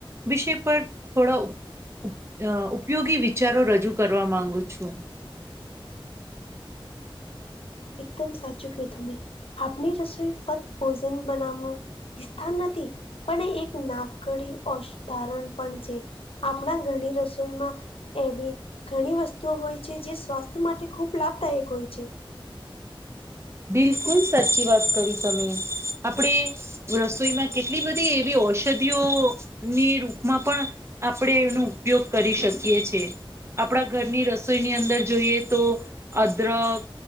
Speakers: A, on the right; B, on the left.
A: વિષય પર થોડા ઉપયોગી વિચારો રજૂ કરવા માંગુ છું
B: એકદમ સાચું કંઈ તમે આપણી રસોઈ ફકત ભોજન બનાવવું વિસ્થાન નથી પણ એ એક નાકડી અશધારણ પણ છે. આપણા ઘણી રસોઈમાં એવી ઘણી વસ્તુઓ હોય છે, જે સ્વાસ્થ્ય માટે ખૂબ લાભદાયક હોય છે.
A: બિલકુલ સાચી વાત કરી, તમે આપણેે રસોઈમાં કેટલી બધી એવી ઔષધિઓની રૂપમાં પણ આપણેે એનો ઉપયોગ કરી શકીએ છીએ આપણા ઘરની રસોઈની અંદર જોઈએ, તો અદરક